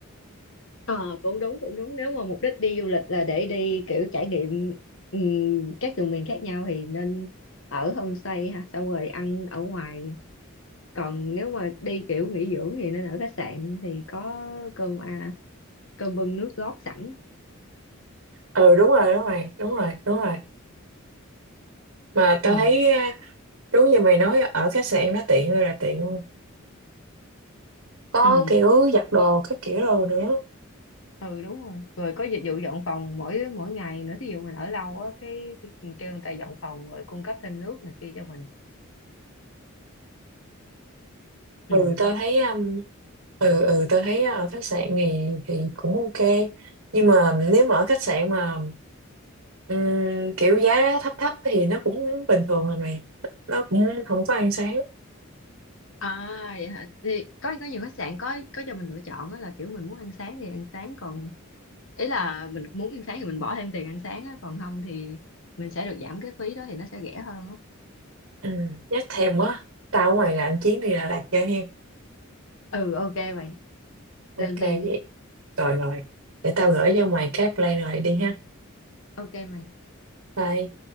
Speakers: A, on the left (about 65°); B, on the right (about 65°).
A: Ờ cũng đúng cũng đúng nếu mà mục đích đi du lịch là để đi kiểu trải nghiệm ừm, các vùng miền khác nhau thì nên ở homestay ha xong rồi ăn ở ngoài còn nếu mà đi kiểu nghỉ dưỡng thì nên ở khách sạn thì có cơm à, cơm bưng nước gót sẵn
B: ừ đúng rồi đúng rồi đúng rồi đúng rồi mà tao
A: ừ
B: thấy Đúng như mày nói ở khách sạn nó tiện ơi là tiện luôn. Có
A: ừ
B: kiểu giặt đồ các kiểu đồ nữa.
A: ừ đúng rồi rồi có dịch vụ dọn phòng mỗi mỗi ngày nữa thí dụ mình ở lâu á cái, cái kêu người ta dọn phòng rồi cung cấp thêm nước này kia cho mình ừ
B: Ừ tao thấy um, ừ ừ tao thấy ở khách sạn thì thì cũng ok. Nhưng mà nếu mà ở khách sạn mà ừm, kiểu giá thấp thấp thì nó cũng bình thường rồi mày. Nó cũng không có ăn sáng.
A: À vậy hả? Thì có có nhiều khách sạn có có cho mình lựa chọn đó là kiểu mình muốn ăn sáng thì ăn sáng còn ý là mình muốn ăn sáng thì mình bỏ thêm tiền ăn sáng á còn không thì mình sẽ được giảm cái phí đó thì nó sẽ rẻ hơn á.
B: Ừ, nhắc thèm quá. Tao ở ngoài làm chuyến đi Đà Lạt cho hen.
A: Ừ ok mày,
B: Ok
A: lên plan
B: vậy.
A: đi.
B: Rồi rồi. Để tao gửi cho mày cái plan này đi ha.
A: Ok mày.
B: Bye.